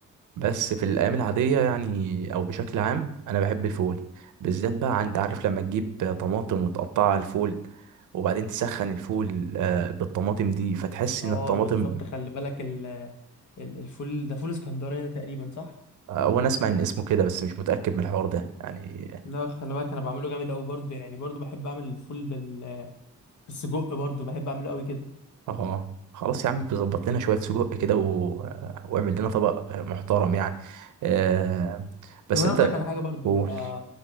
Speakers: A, on the right; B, on the left.
A: بس في الايام العاديه يعني او بشكل عام انا بحب الفول بالذات بقى انت عارف لما تجيب طماطم وتقطعها على الفول وبعدين تسخن الفول آه، بالطماطم دي فتحس
B: اه
A: ان الطماطم
B: بالظبط خلي بالك ال ال- الفول ده فول اسكندراني ده تقريبا صح
A: آه، وانا اسمع ان اسمه كده بس مش متاكد من الحوار ده يعني
B: لا خلي بالك انا بعمله جامد قوي برضه يعني برضه بحب اعمل الفول بال... بالسجق برضه بحب اعمله قوي كده
A: اه خلاص يا عم بيظبط لنا شويه سجق كده و... آه، واعمل لنا طبق آه، محترم يعني آه، بس
B: طب انا
A: انت
B: اقول لك على حاجه برضه
A: قول
B: انت